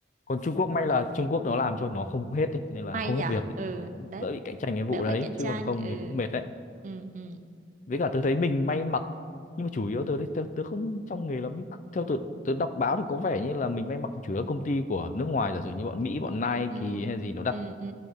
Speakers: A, on the left; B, on the right.
A: còn Trung Quốc may là Trung Quốc nó làm cho nó không hết ý. nên là
B: may
A: không
B: nhở
A: hết việc nên
B: ừ
A: là nó cũng
B: đấy
A: đỡ bị cạnh tranh cái vụ
B: đỡ
A: đấy
B: phải cạnh
A: chứ
B: tranh
A: còn không
B: ừ
A: thì cũng mệt đấy
B: ừ ừ
A: với cả tớ thấy mình may mặc nhưng mà chủ yếu tớ thấy tớ, tớ không trong nghề lắm nhưng theo tớ, tớ đọc báo thì có vẻ như là mình may mặc chủ yếu là công ty của nước ngoài giả sử như bọn Mỹ bọn Nike
B: ừ
A: hay gì nó đặt
B: ừ ừ